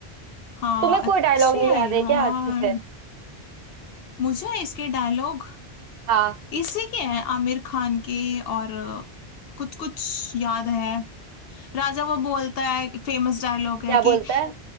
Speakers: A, on the left (about 70°); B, on the right (about 65°).
A: हाँ
B: तुम्हें कोई
A: अच्छी
B: डायलॉग नहीं
A: है
B: याद
A: यार
B: है क्या अच्छे से
A: मुझे इसके डायलॉग
B: हाँ
A: इसी के हैं आमिर खान के और कुछ कुछ याद है राजा वो बोलता है फेमस डायलॉग है
B: क्या बोलता
A: कि
B: है